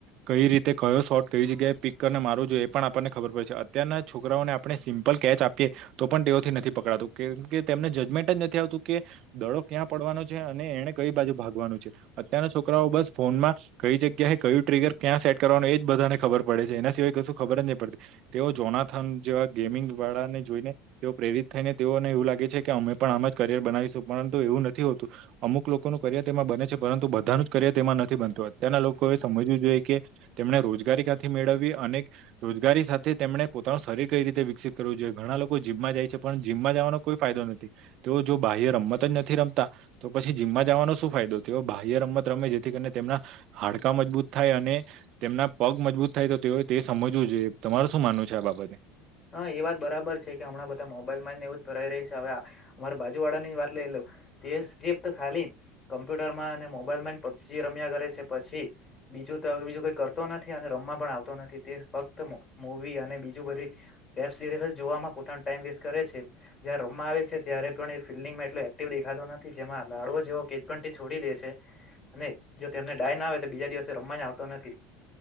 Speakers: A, on the right; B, on the left.
A: કઈ રીતે કયો શોટ કઇ જગ્યાએ પીક મારું જોઈ એ પણ આપણને ખબર પડે છે અત્યારના છોકરાઓને આપણે સિમ્પલ કેચ આપીએ તો પણ તેઓથી નથી પકડાતું કેમ કે તેમને જજમેન્ટ જ નથી આવતું કે દડો ક્યાં પડવાનો છે અને એણે કઈ બાજુ ભાગવાનું છે. અત્યાર ના છોકરાઓ બસ ફોનમાં કઈ જગ્યાએ કયું ટ્રીગર ક્યાં સેટ કરવાનું એ જ બધાને ખબર પડે છે એને તેય કશું ખબર જ નહી પડતી તેઓ જોનાર થન જેવા ગેમિંગ વાળા ને જોઈને તેઓ પ્રેરિત થઈને તેઓને એવું લાગે છે કે અમે પણ આમે જ કરિયર બનાવીશું પણ એવું નથી હોતું અમુક લોકોનું કરિયર તેમાં બને છે પરંતુ બધાનું જ કરિયર તેમાં નથી બનતું ત્યાંના લોકોએ સમજવું જોઈએ કે તેમણે રોજગારી ક્યાંથી મેળવી અને રોજગારી સાથે તેમણે પોતાનું શરીર કઈ રીતે વિકસિત કરવું જોઈએ ઘણા લોકો જીમમાં જાય છે પણ જીમમાં જવાનો કોઈ ફાયદો નથી તેઓ જો બાહ્ય રમત જ નથી રમતા તો પછી જીમમાં જવાનો શું ફાયદો તેઓ બાહ્ય રમત રમે જેથી કરીને તેમના હાડકા મજબૂત થાય અને તેમના પગ મજબૂત થાય તો તેઓ તે સમજવું જોઈએ તમારું શું માનવું છે આ બાબત
B: હા એ વાત બરાબર છે કે હમણાં બધા મોબાઈલ માં ને એવું ભરાઈ રહી છે હવે અમારા બાજુ વાળાની વાત લઈ લો તે સ્કેફ્ટ ખાલી કમ્પ્યુટર માં અને મોબાઈલ માં જ પબજી રમ્યા કરે છે પછી બીજું તો બીજું કોઈ કરતો નથી અને રમવા પણ આવતો નથી તે ફક્ત મુવી અને બીજું બધી વેબ સિરીઝ જોવામાં પોતાનો ટાઈમ વેસ્ટ કરે છે જ્યાં રમવા આવે છે ત્યા રે પણ એ ફિલ્ડંગમાં એટલો એક્ટિવ દેખાતો નથી જેમાં લાડવો જેવો કેચ પણ તે છોડી દે છે. અને જો તેમને ડાય ના હોય તો બીજા દિવસે રમવા જ આવતો નથી.